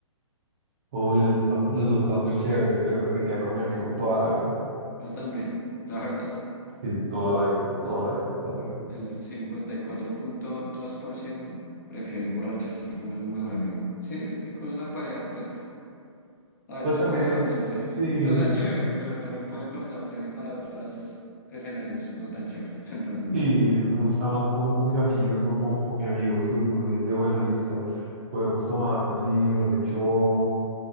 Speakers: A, on the right (about 20°); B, on the left (about 35°).
A: Uy, los dos están, los dos están muy chéveres, pero preferiría con mi amigo toda la vida.
B: Yo también, la verdad, sí.
A: Sí, toda la vida, toda la vida, toda la vida.
B: El cincuenta y cuatro punto dos por ciento prefiere emborracharse con el mejor amigo. Sí, es que con la pareja, pues, a veces
A: Pues también
B: puede
A: es,
B: tornarse,
A: sí,
B: o sea, chévere, pero también puede tornarse para otros escenarios no tan chéveres. <laughs> Entonces, no,
A: sí, me gusta más como con mis amigos, como, como con mi amigo, que uno dice, bueno, listo, podemos tomarnos y, mejor dicho,